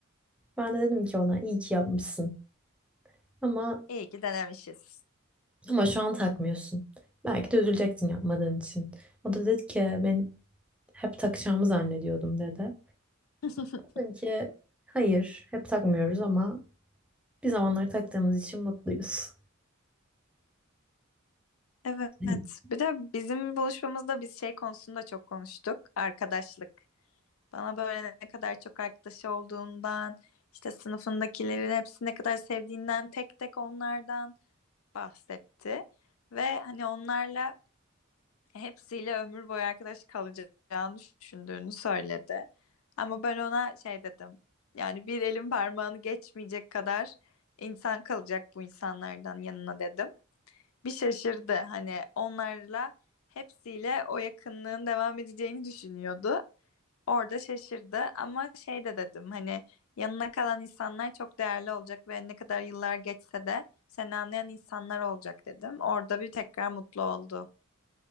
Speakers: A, in the centre; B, on the left.
A: Ben de dedim ki ona iyi ki yapmışsın. Ama
B: İyi ki denemişiz.
A: ama şu an takmıyorsun. Belki de üzülecektin yapmadığın için. O da dedi ki ben hep takacağımı zannediyordum dedi.
B: <laughs>
A: Dedim ki hayır hep takmıyoruz ama Bir zamanlar taktığımız için mutluyuz.
B: Evet.
A: <laughs>
B: Bir de bizim buluşmamızda biz şey konusunda çok konuştuk. Arkadaşlık. Bana böyle ne kadar çok arkadaşı olduğundan, işte sınıfındakilerin hepsini ne kadar sevdiğinden, tek tek onlardan bahsetti. Ve hani onlarla hepsiyle ömür boyu arkadaş kalacağını düşündüğünü söyledi. Ama ben ona şey dedim. Yani bir elin parmağını geçmeyecek kadar insan kalacak bu insanlardan yanına dedim. Bir şaşırdı. Hani onlarla hepsiyle o yakınlığın devam edeceğini düşünüyordu. Orada şaşırdı ama şey de dedim hani yanına kalan insanlar çok değerli olacak ve ne kadar yıllar geçse de seni anlayan insanlar olacak dedim. Orada bir tekrar mutlu oldu.